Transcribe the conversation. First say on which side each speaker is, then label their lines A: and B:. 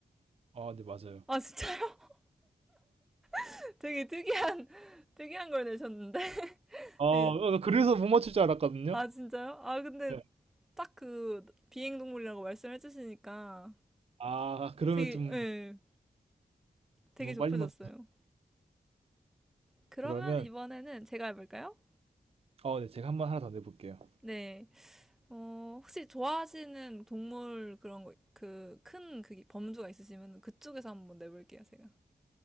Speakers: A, on the right; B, in the centre.
A: 아, 네, 맞아요.
B: 아, 진짜요? <laughs> 되게 특이한, 특이한 걸 내셨는데?
A: 아, 어,
B: <laughs> 되게,
A: 나 그래서 못 맞출 줄 알았거든요.
B: 아, 진짜요? 아, 근데
A: 네.
B: 딱 그 비행동물이라고 말씀해 주시니까
A: 아, 그러면
B: 되게,
A: 좀
B: 예, 되게
A: 너무
B: 좁혀졌어요.
A: 빨리 맞
B: 그러면
A: 그러면
B: 이번에는 제가 해볼까요?
A: 어, 네, 제가 한번 하나 더 내볼게요.
B: 네. 어, 혹시 좋아하시는 동물 그런 거, 그, 큰 그, 범주가 있으시면 그쪽에서 한번 내볼게요, 제가.